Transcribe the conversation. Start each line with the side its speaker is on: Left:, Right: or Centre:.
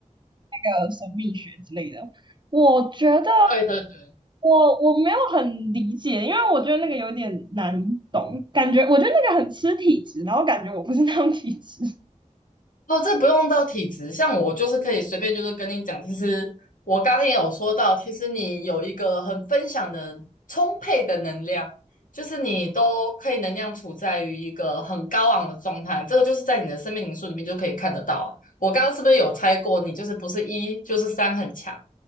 Right: 那个神秘学之类的。我觉得
Left: 对对对
Right: 我我没有很理解，因为我觉得那个有点难懂，感觉我觉得那个很吃体质，然后感觉我不是那种体质。<laughs> 对，
Left: 哦，这不用到体质，像我就是可以随便就是跟你讲，其实我刚刚也有说到，其实你有一个很分享的充沛的能量，就是你都可以能量处在于一个很高昂的状态，这个就是在你的生命灵数里面就可以看得到啊。我刚刚是不是有猜过你就是不是一就是三很强？